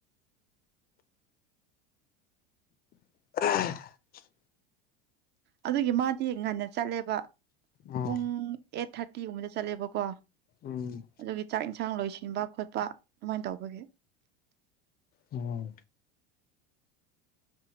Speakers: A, on the left; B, on the right.
A: <inaudible>
B: ꯑꯗꯨꯒꯤ ꯃꯥꯗꯤ ꯉꯟꯅ ꯆꯠꯂꯦꯕ
A: ꯑꯣ
B: ꯄꯨꯡ ꯑꯩꯠ ꯊꯥꯔꯇꯤꯒꯨꯝꯕꯗ ꯆꯠꯂꯦꯕꯀꯣ
A: ꯎꯝ
B: ꯑꯗꯨꯒꯤ ꯆꯥꯛ ꯏꯟꯁꯥꯡ ꯂꯣꯏꯁꯤꯟꯕ ꯈꯣꯠ ꯄꯥ ꯑꯗꯨꯃꯥꯏꯟ ꯇꯧꯕꯒꯤ
A: ꯑꯣ